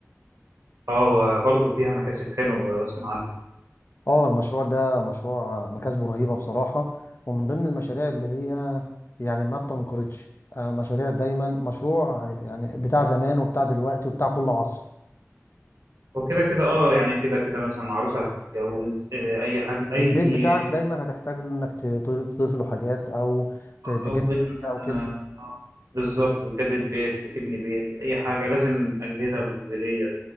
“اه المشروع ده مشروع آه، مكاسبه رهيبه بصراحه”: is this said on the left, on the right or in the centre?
Left